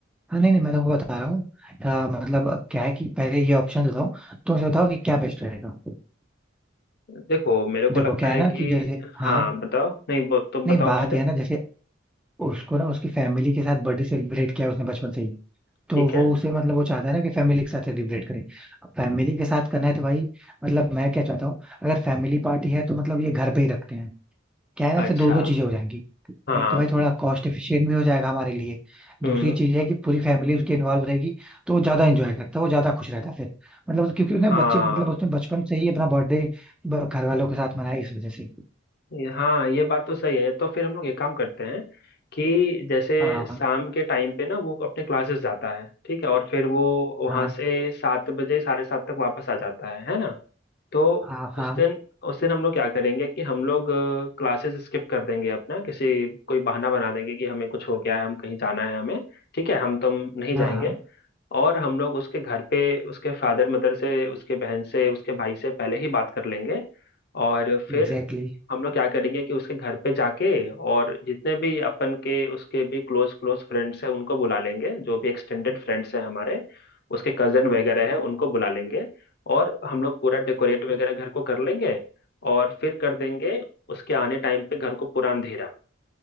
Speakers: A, in the centre; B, on the left (about 55°).
A: हाँ नहीं नहीं मैं तुमको बता रहा हूँ अ, मतलब क्या है कि पहले ये ऑप्शन देता हूँ तो मुझे बताओ कि क्या बेस्ट रहेगा
B: देखो मेरे को
A: देखो
B: लगता
A: क्या है
B: है
A: ना
B: कि
A: कि जैसे
B: हाँ
A: हाँ
B: बताओ नहीं ब- तुम
A: नहीं
B: बताओ
A: बात
B: पहले
A: यह है ना जैसे उसको ना उसकी फैमिली के साथ बर्थडे सेलिब्रेट किया उसने बचपन से ही तो
B: ठीक
A: वो
B: है
A: उसे मतलब वो चाहता है ना कि फैमिली के साथ सेलिब्रेट करें अब फैमिली के साथ करना है तो भाई मतलब मैं क्या चाहता हूँ अगर फैमिली पार्टी है तो मतलब ये घर पे ही रखते हैं क्या है ना ऐसे
B: अच्छा
A: दो दो चीजें हो जाएंगी
B: हाँ
A: एक तो भाई थोड़ा कॉस्ट एफिशिएंट भी हो जाएगा हमारे लिए दूसरी
B: हम्म
A: चीज है कि पूरी फैमिली उसके इन्वॉल्व रहेगी तो वो ज्यादा एंजॉय करता है वो ज्यादा खुश रहता है फिर मतलब क्योंकि उसने
B: हाँ
A: बच्चे मतलब उसने बचपन से ही अपना बर्थडे घर वालों के साथ मनाया इस वजह से
B: ये- हाँ ये बात तो सही है तो फिर हम लोग एक काम करते हैं कि जैसे
A: हाँ
B: शाम के टाइम पे ना वो अपने क्लासेस जाता है ठीक है और फिर वो वहां
A: हाँ
B: से सात बजे साढ़े सात तक वापस आ जाता है है ना तो
A: हाँ हाँ
B: उस दिन उस दिन हम लोग क्या करेंगे कि हम लोग क्लासेस स्किप कर देंगे अपना किसी कोई बहाना बना देंगे कि हमें कुछ हो गया है हम कहीं जाना है हमें ठीक है हम तुम नहीं
A: हाँ
B: जाएंगे
A: हाँ
B: और हम लोग उसके घर पे उसके फादर मदर से उसके बहन से उसके भाई से पहले ही बात कर लेंगे और फिर
A: एग्जैक्टली
B: हम लोग क्या करेंगे कि उसके घर पे जाके और जितने भी अपन के उसके भी क्लोज क्लोज फ्रेंड्स हैं उनको बुला लेंगे जो भी एक्सटेंडेड फ्रेंड्स हैं हमारे उसके कजन वगैरह है उनको बुला लेंगे और हम लोग पूरा डेकोरेट वगैरह घर को कर लेंगे और फिर कर देंगे उसके आने टाइम पे घर को पूरा अंधेरा